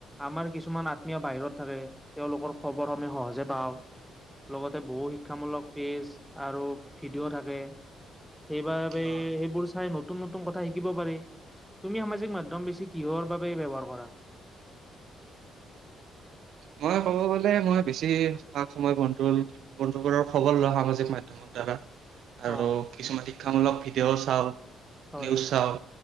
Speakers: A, in the centre; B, on the right.
A: আমাৰ কিছু কিছুমান আত্মীয় বাহিৰত থাকে তেওঁলোকৰ খবৰ আমি সহজে পাওঁ। লগতে বহু শিক্ষামূলক পেজ আৰু ভিডিঅ' থাকে। সেইবাবে
B: অ',
A: সেইবোৰ চাই নতুন নতুন কথা শিকিব পাৰি তুমি সামাজিক মাধ্যয়ম একদম বেছি কিহৰ বাবে ব্যৱহাৰ কৰা?
B: মই ক'ব গ'লে মই বেছি স সময় বন্ধু বন্ধু বোৰৰ খবৰ লোৱা সম মাধ্যমৰ দ্বাৰা আৰু
A: অ'
B: কিছুমান শিক্ষামূলক ভিডিঅ' চাওঁ।
A: হয়,
B: নিউচ চাওঁ